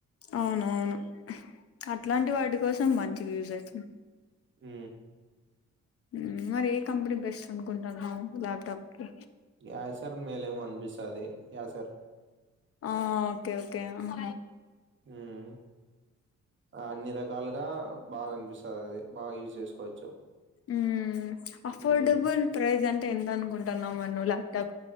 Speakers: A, on the left; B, on the right.
A: అవునవును అట్లాంటి వాటి కోసం మంచిగా యూస్ అవుతుంది
B: ఉ
A: ఉ మరి ఏ కంపెనీ బెస్ట్ అనుకుంటున్నావ్ ల్యాప్టాప్ కి
B: యా సార్ మేలేమో అనిపిస్తది యా సార్
A: ఆ ఓకే ఓకే అహ
B: ఉమ్ అన్ని రకాలుగా బాగా అనిపిస్ స్తది బాగా యూస్ చేసుకోవచ్చు
A: ఉ అఫోర్డబుల్
B: ఉమ్
A: ప్రైజ్ అంటే ఎంత అనుకుంటున్నావు మరి నువు త